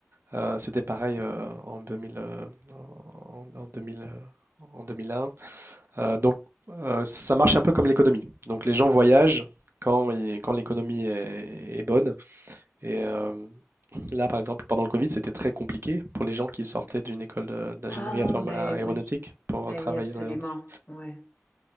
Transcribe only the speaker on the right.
Euh, c'était pareil euh, en 2000, euh, en, en- en 2000, euh, en 2001. Euh, donc, euh, ça marche un peu comme l'économie. Donc, les gens voyagent quand, ils- quand l'économie est, est bonne. Et euh, là, par exemple, pendant le Covid, c'était très compliqué pour les gens qui sortaient d'une école de- d'ingénierie
inform-
à- aéronautique
pour
travailler
dans l'aéronautique.